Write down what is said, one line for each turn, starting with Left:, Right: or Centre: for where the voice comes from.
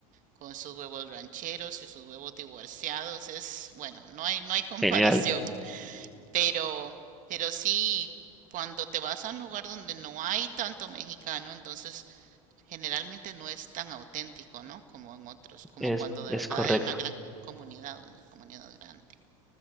Right: con sus huevos rancheros y sus huevos divorciados. Es, bueno, no hay, no hay <laughs> comparación,
Centre: genial,
Right: pero, pero sí, cuando te vas a un lugar donde no hay tanto mexicano, entonces generalmente no es tan auténtico, ¿no? Como en otros, como
Centre: es,
Right: cuando de
Centre: es
Right: verdad
Centre: correcto.
Right: hay una gran comunidad, una comunidad grande.